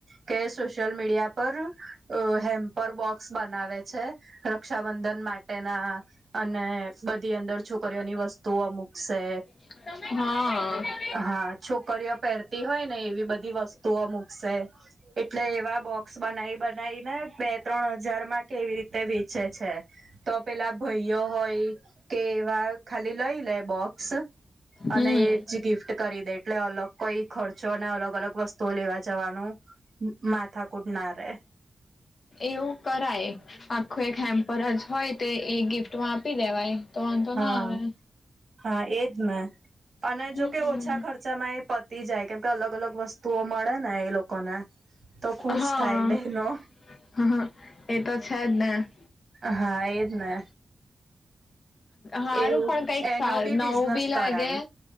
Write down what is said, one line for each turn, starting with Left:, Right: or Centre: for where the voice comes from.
Right: કે સોશિયલ મીડિયા પર અ હેમ્પર બોક્સ બનાવે છે ર રક્ષાબંધન માટેના અને બધી અંદર છોકરીઓની વસ્તુઓ મુકશે
Left: ને હા
Right: હા છોકરીઓ પહેરતી હોય ને એવી બધી વસ્તુઓ મુકશે એટલે એવા બોક્સ બનાવી બનાવી ને બે ત્રણ હજાર માં કેવી રીતે વેચે છે. તો પેલા ભાઈઓ હોય કે એવા ખાલી લઈ લે બોક્સ
Left: હમ
Right: અને એ જ ગિફ્ટ કરી દે એટલે અલગ કઈ ખર્ચો નઈ ને અલગ અલગ વસ્તુઓ લેવા જવાનું માથાકુટ ના રહે
Left: એવું કરાય આખું એક હેમ્પર જ હોય તો એ ગિફ્ટ માં આપી દેવાય તો વાંધો
Right: હા
Left: ના આવે
Right: હા એજ ને અને
Left: હમ
Right: જો કે ઓછા ખર્ચ ચા માં એ પતી જાય કેમ કે અલગ અલગ વસ્તુઓ મળે ને એ લોકો લોકોને તો ખુશ
Left: હા
Right: થાય બહેનો.
Left: હા એ તો છે જ ને
Right: હા એ જ ને
Left: હારું
Right: એવું
Left: પણ કઈક
Right: એનો બી
Left: નવું
Right: બિઝનેસ
Left: બી
Right: કરાય
Left: લાગે